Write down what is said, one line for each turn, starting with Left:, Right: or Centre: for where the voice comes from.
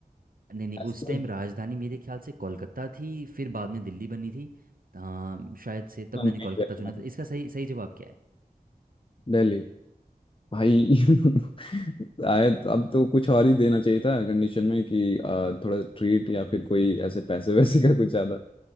Right: नहीं नहीं
Left: ऐसे
Right: उस
Left: तो
Right: टाइम राजधानी मेरे ख्याल से कोलकाता थी फिर बाद में दिल्ली बनी थी हाँ शायद से तब
Left: नाम
Right: मैंने
Left: नहीं
Right: कोलकाता
Left: किया था।
Right: चुना था इसका सही सही जवाब क्या
Left: दिल्ली भाई <laughs> आए तो अब तो कुछ और ही देना चाहिए था कंडीशन में कि आ, थोड़ा ट्रीट या फिर कोई ऐसे पैसे वैसे का कुछ ज्यादा